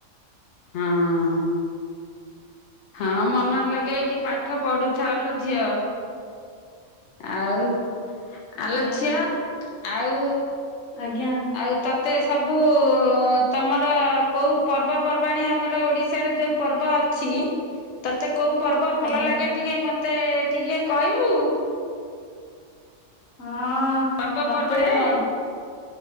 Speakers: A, on the left; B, on the left.
A: ହଁ। ହଁ ମନ ଲଗେଇକି ପାଠ ପଢ଼ୁଥା ଲୋ ଝିଅ। ଆଉ ଆଲୋ
B: ଆଜ୍ଞା
A: ଝିଅ ଆଉ
B: ଆଜ୍ଞା
A: ଆଉ ତତ୍ ତେ ସବୁ ତମର କୋଉ ପର୍ବପର୍ବାଣିୀ ଆମର ଓଡ଼ିଶାରେ ଯୋଉ ପର୍ବ ଅଛି ତତେ କୋଉ ପର୍ବ ଭଲ
B: ଆଜ୍ଞା
A: ଲାଗେ ଟିକେ ମତେ ଟିକେ କହିବୁ?
B: ହଁ।
A: ପର୍ବ
B: ମତେ
A: <unintelligible>
B: ର